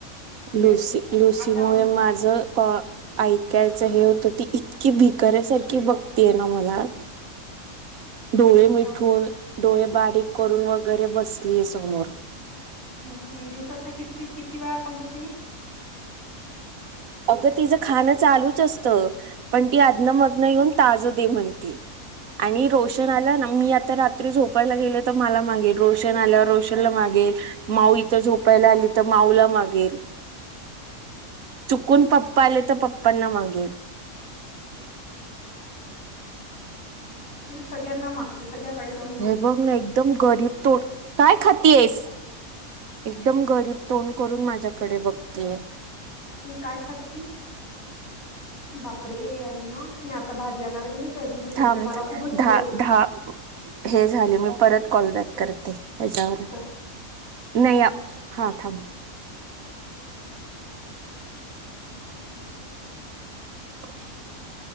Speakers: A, on the left; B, on the right.
A: म्हणजे
B: लुसी लुसी
A: आता
B: मुळे
A: आम
B: माझ का ऐकायचं हे होतं ती इतकी भिकऱ्यासारखी बघतीय ना मला. डोळे मिटून
A: जाऊ द्या.
B: डोळे बारीक करून वगैरे बसलीये समोर
A: हम हम दिवसातन किती किती वेळा खाल्ल तिने
B: अगं तिचं खाणं चालूच असतं पण ती अधन मधन येऊन ताज दे म्हणती आणि रोशन
A: हं.
B: आला ना मी आता रात्री झोपायला गेले तर मला मागेल रोशन आल्यावर रोशन ला मागेल. माऊ इथं झोपायला आली तर माऊला मागेल.
A: <unintelligible>
B: चुकून पप्पा आले तर पप्पांना मागेल.
A: तुझे सगळ्यांना माग. सगळ्याकडे दोन
B: हे बघ ना एकदम गरीब तो. काय खाती येस एकदम गरीब तोंड करून माझ्याकडे बघतीये.
A: प काय खात की बापरे आणि ना मी आता भाजी आणायला गेली. त्या अजिंक्य सोबत
B: थम
A: मला खूपच बोर
B: धा
A: होत
B: धा हे झाले मी परत कॉलबॅक करते हच्यावर
A: कर
B: न या हा थांब <inaudible>